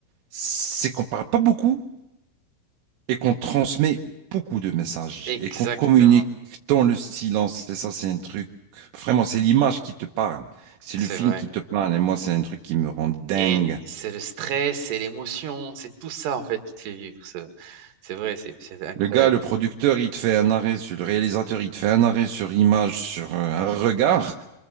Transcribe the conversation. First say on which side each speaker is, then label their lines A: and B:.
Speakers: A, on the right; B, on the right.
A: c'est qu'on parle pas beaucoup, et qu'on transmet beaucoup de messages
B: Exactement.
A: et qu'on communique dans le silence. Et ça, c'est un truc, vraiment, c'est l'image qui te parle. C'est
B: C'est
A: le film
B: vrai.
A: qui te parle. Et moi, c'est un truc qui me rend dingue.
B: Et c'est le stress, c'est l'émotion, c'est tout ça en fait qui te fait vivre. ce- C'est vrai, c'est c'est incroyable.
A: Le gars, le producteur, il te fait un arrêt sur le réalisateur, il te fait un arrêt sur image, sur euh, un regard.